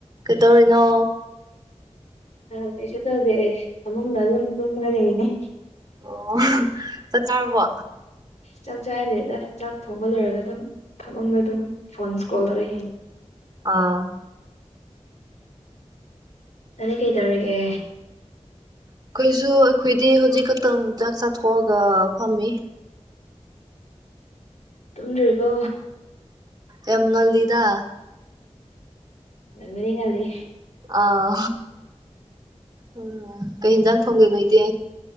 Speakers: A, on the right; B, on the left.
A: ꯀꯩꯇꯧꯔꯤꯅꯣ
B: ꯑꯥ ꯀꯩꯁꯨ ꯇꯧꯗꯦ ꯐꯝꯃꯨꯡꯗ ꯑꯗꯨꯝ ꯇꯨꯝꯃꯒ ꯂꯩꯔꯅꯤ
A: ꯑꯣ ꯆꯠ ꯆꯥꯔꯕꯣ
B: ꯆꯥꯛ ꯆꯥꯛꯗꯦꯗ ꯆꯥꯛ ꯊꯣꯡꯕ ꯂꯣꯏꯔꯒ ꯑꯗꯨꯝ ꯐꯝꯃꯨꯡꯗ ꯑꯗꯨꯝ ꯐꯣꯟ ꯁ꯭ꯀꯔꯣꯜ ꯇꯧꯔ ꯌꯦꯡ
A: ꯑꯥ
B: ꯅꯤꯗꯤ ꯀꯩꯇꯧꯔꯤꯒꯦ
A: ꯑꯩꯈꯣꯏꯁꯨ-ꯑꯩꯈꯣꯏꯗꯤ ꯍꯧꯖꯤꯛ ꯈꯛꯇꯪ ꯆꯥꯛ ꯆꯥꯊꯣꯛꯑꯒ ꯐꯝꯃꯤ
B: ꯇꯨꯝꯗ꯭ꯔꯤꯕꯣ
A: ꯌꯥꯝ ꯉꯜꯂꯤꯗ
B: ꯉꯟꯕꯨꯗꯤ ꯉꯜꯂꯤ
A: ꯑꯥ ꯎꯝ ꯀꯩ ꯌꯦꯟꯖꯥꯡ ꯊꯣꯡꯒꯦ ꯅꯣꯏꯗꯤ